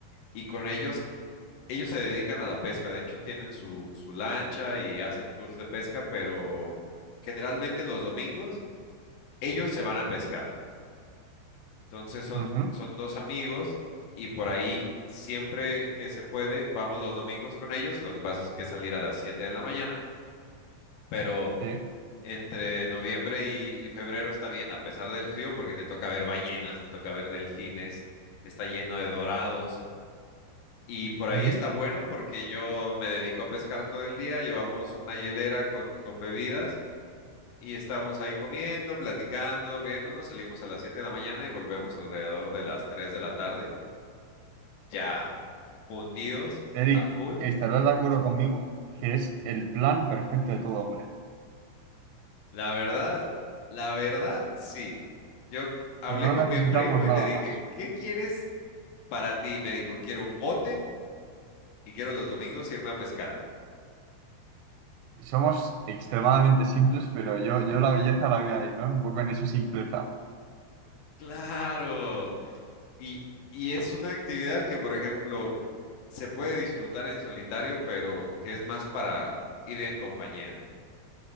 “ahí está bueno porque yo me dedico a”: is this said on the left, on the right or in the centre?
Left